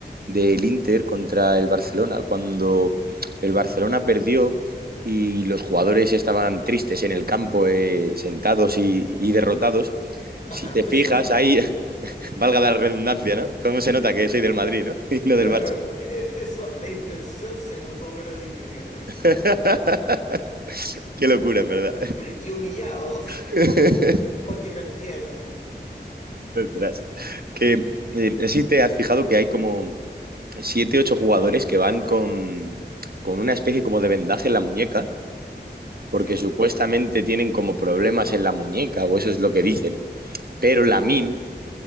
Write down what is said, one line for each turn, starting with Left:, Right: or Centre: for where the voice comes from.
Right: del Inter contra el Barcelona, cuando el Barcelona perdió y los jugadores estaban tristes en el campo, eh, sentados y, y derrotados,
Left: Ajá.
Right: si te fijas,
Left: <laughs>
Right: ahí, <laughs> valga la redundancia, ¿no? ¿Cómo se nota que soy del Madrid, ¿no? <laughs> Y no
Left: Claro,
Right: del
Left: e- eso, la intención se notó, pero de inmediato. ahí.
Right: Barça. <laughs> <laughs> Qué locura, en verdad.
Left: Y humillados
Right: <laughs>
Left: porque perdieron.
Right: Ostras. Que, eh, no sé si te has fijado que hay como siete, ocho jugadores que van con, con una especie como de vendaje en la muñeca,
Left: ¿Sí?
Right: porque supuestamente tienen como problemas en la muñeca, o eso es lo que dicen. Pero Lamin